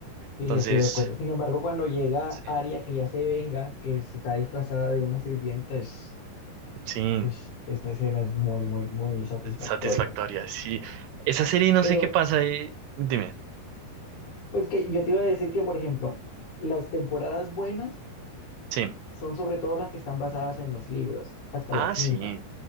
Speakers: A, on the left; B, on the right.
A: Sí,
B: Entonces,
A: estoy de acuerdo. Sin embargo, cuando llega
B: sí,
A: Arya, que ya se venga, que se está disfrazada de una sirvienta, es...
B: sí,
A: Uy, esta escena es muy, muy, muy satisfactoria.
B: satisfactoria. Sí, esa serie no
A: Pero,
B: sé qué pasa. eh, Dime,
A: pues que yo te iba a decir que, por ejemplo, las temporadas buenas
B: sí.
A: son sobre todo las que están basadas en los libros, hasta
B: Ah,
A: la quinta.
B: sí,